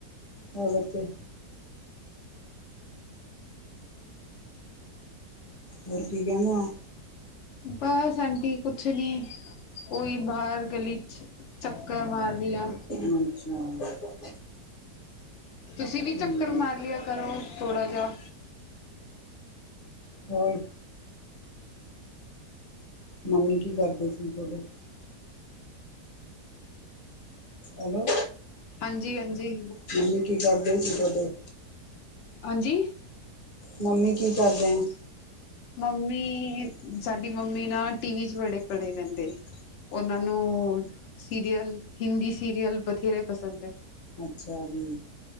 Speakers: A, on the left; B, on the left.
A: ਹੋਰ ਬੱਚੇ? ਹੋਰ, ਕੀ ਕਹਿਣਾ ਆ।
B: ਬਸ ਆਂਟੀ ਕੁਛ ਨੀ, ਓਈ ਬਾਹਰ ਗਲੀ'ਚ। ਚੱਕਰ ਮਾਰ ਰਹੀ ਆਂ।
A: ਅੱਛਾ।
B: ਤੁਸੀਂ ਵੀ ਚੱਕਰ
A: ਹੂੰ।
B: ਮਾਰ ਲਿਆ ਕਰੋ, ਥੋੜ੍ਹਾ ਜਾ।
A: ਹੋਰ? ਮੰਮੀ ਕੀ ਕਰਦੇ ਸੀ ਥੋਡੇ? ਹੈਲੋ,
B: ਹਾਂਜੀ-ਹਾਂਜੀ।
A: ਮੰਮੀ ਕੀ ਕਰਦੇ ਸੀ, ਥੋਡੇ?
B: ਹਾਂਜੀ?
A: ਮੰਮੀ ਕੀ ਕਰਦੇਂ?
B: ਮੰਮੀ, ਸਾਡੀ ਮੰਮੀ ਨਾ ਟੀਵੀ'ਚ ਵੜੇ ਪੜੇ ਰਹਿੰਦੇ। ਉਹਨਾਂ ਨੂੰ ਸੀਰੀਅਲ, ਹਿੰਦੀ ਸੀਰੀਅਲ ਬਥੇਰੇ ਪਸੰਦ ਏ।
A: ਅੱਛਾ ਜੀ।